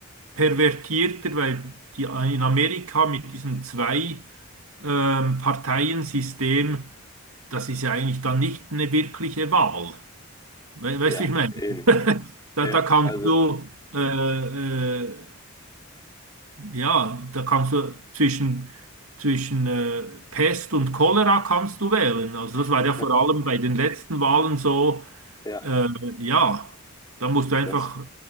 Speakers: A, on the right (about 80°); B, on the left (about 15°).
A: pervertierter, weil die äh, in Amerika mit diesem zwei ähm, Parteiensystem, das ist ja eigentlich dann nicht eine wirkliche Wahl. We weißt
B: ja,
A: du, wie ich meine?
B: eben.
A: <laughs> Da,
B: Ja,
A: da kannst
B: also,
A: du, äh, äh, ja, da kannst du zwischen, zwischen äh, Pest und Cholera kannst du wählen. Also
B: <laughs>
A: das war ja vor allem bei den letzten Wahlen so,
B: ja,
A: äh, ja, da musst du einfach,
B: das,